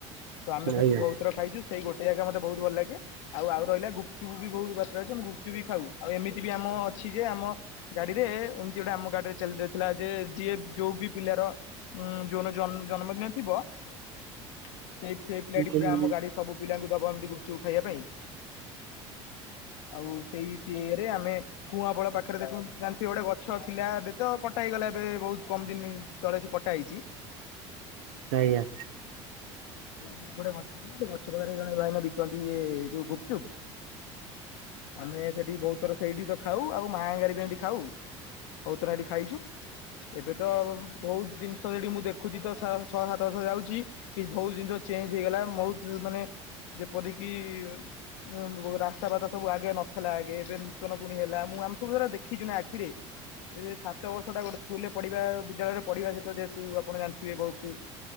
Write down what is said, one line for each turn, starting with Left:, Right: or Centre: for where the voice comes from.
Left: ତ ଆମେ ସେଠୁ
Right: ଆଜ୍ଞା।
Left: ବହୁତ ଥର ଖାଇଚୁ। ସେଇ ଗୋଟେ ଯାଗା ମତେ ବହୁତ ଭଲ ଲାଗେ। ଆଉ ଆଉ ରହିଲା ଗୁପଚୁପୁ ବି ବହୁତ୍ ବାଟେରେ ଅଛି ଆମେ ଗୁପଚୁ ବି ଖାଉ, ଆଉ ଏମିତି ବି ଆମ ଅଛି ଯେ ଆମ ଗାଡିରେ ଏମତି ଗୋଟେ ଆମ ଗାଡିରେ ଚାଲି ଯାଇଥିଲା ଯେ ଯିଏ ଯୋଉ ବି ପିଲାର ଉଁ ଯୋଉନ ଜ ଜନ୍ମଦିନ ଥିବ ସେ ସେଇ ପିଲାଟି
Right: ହଁ
Left: ପୁରା
Right: ହଁ
Left: ଆମ ଗାଡି ସବୁ ପିଲାଙ୍କୁ ଦବ ଏମତି ଗୁପ ଚୁପ୍ ଖାଇଆ ପାଇଁ ଆଉ ସେଇ ପିଏରେ ଆମେ କୁଆଁବଳ ପାଖେ ରେ ଦେଖନ୍ତୁ ଜାଣଥିବେ ଗୋଟେ ଗଛ ଥିଲା ଏବେ ତ କଟା ହେଇଗଲା ଏବେ ବହୁତ୍ କମ୍ ଦିନି ତଳେ ସେ କଟା ହେଇଚି।
Right: ଆଜ୍ଞା!
Left: ସେଇ ଗୋଟେ ଗଛ ଥିଲା, ସେ ଗଛ ପାଖେରେ ଜଣେ ଭାଇନା ବିକନ୍ତି ଇଏ ଯୋଉ ଗୁପଚୁପ୍। ଆମେ ସେଠି ବହୁତ୍ ଥର ସେଇଠି ତ ଖାଉ, ଆଉ ମାହାଙ୍ଗାରେ ବି ଏମତି ଖାଉ। ବୋହୁତ୍ ଥର ଏଠି ଖାଇଛୁ। ଏବେ ତ ଭୋଉତ୍ ଦିନଷ ସେଠି ମୁଁ ଦେଖୁଚି ତ ଥା ଛ ସାତବର୍ଷ ଯାଉଛି କି ଭୋଉତ୍ ଜିନିଷ ଚେଞ୍ଜ ହେଇଗଲା, ମୋହୁତ୍ ମାନେ ଯେପରିକି ଉଁ ବୋ ରାସ୍ତା ବାତା ସବୁ ଆଗେ ନଥିଲା ଆଗେ ଏବେ ନୂତନ ପୁଣି ହେଲା ମୁଁ ଆମେ ସବୁ ଏରା ଦେଖିଛୁ ନା ଆଖିରେ। ସେ ସାତ ବର୍ଷଟା ଗୋଟେ ସ୍କୁଲ ରେ ପଢିବା, ବିଦ୍ୟାଳୟରେ ପଢିବା ସେତ ଯେହେତୁ ଆପଣ ଜାଣିଥିବେ ଭୋଉତୁ